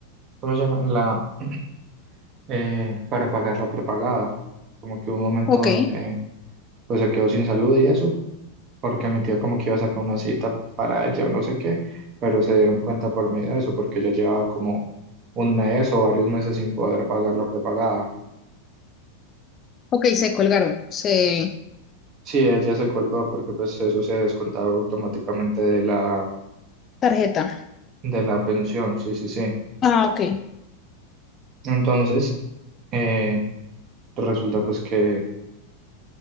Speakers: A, on the right; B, on the left.
A: ¿cómo se llama? La, <clears throat> eh, para pagar la prepagada. Como que hubo un momento
B: ok,
A: donde pues se quedó sin salud y eso, porque mi tía como que iba a sacar una cita para ella o no sé qué, pero se dieron cuenta por medio de eso, porque ella llevaba como un mes o varios meses sin poder pagar la prepagada.
B: ok, se colgaron. Se...
A: Sí, ella se colgó porque pues eso se descontaba automáticamente de la,
B: Tarjeta.
A: de la pensión, sí, sí, sí.
B: Ah, ok.
A: Entonces, eh, resulta pues que